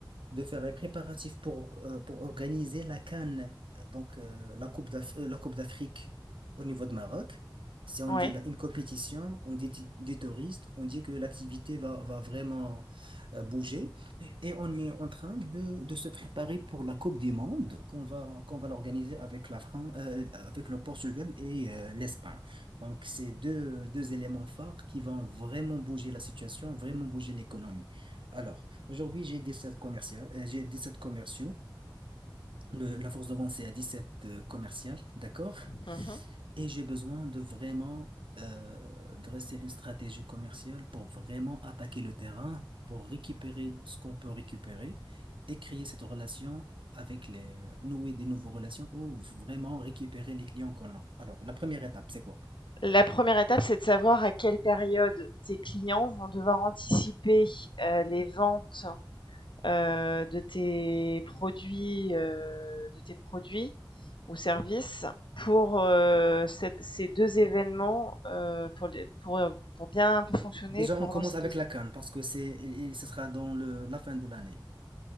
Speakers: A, on the right; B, on the left.
A: de faire les préparatifs pour, euh, pour organiser la CAN, donc euh, la Coupe d'Af- euh, la Coupe d'Afrique au niveau de Maroc. Si on
B: ouais.
A: dit la- une compétition, on dit ti- des touristes, on dit que l'activité va, va vraiment euh, bouger. Et on est en train de, de se préparer pour la Coupe du Monde qu'on va, qu'on va l'organiser avec la France, avec le Portugal et euh, l'Espagne. Donc, c'est deux, deux éléments phares qui vont vraiment bouger la situation, vraiment bouger l'économie. Alors, Aujourd'hui, j'ai 17 commerciales, euh, j'ai sept commerciaux. Le- la force de vente, c'est à 17 euh, commerciales, d'accord?
B: Mmh
A: Et j'ai besoin de vraiment euh, dresser une stratégie commerciale pour vraiment attaquer le terrain, pour récupérer ce qu'on peut récupérer et créer cette relation avec les, nouer des nouvelles relations ou vraiment récupérer les clients qu'on a. Alors, la première étape, c'est quoi?
B: La première étape, c'est de savoir à quelle période tes clients vont devoir anticiper, heu, les ventes, heu, de tes produits, heu, de tes produits ou services pour, heu, cette ces 2 événements, heu, pour les pour, pour bien fonctionner
A: Déjà,
B: pendant
A: on commence
B: ces
A: avec
B: 2 événements.
A: la CAN parce que c'est, et- et ce sera dans le, la fin de l'année.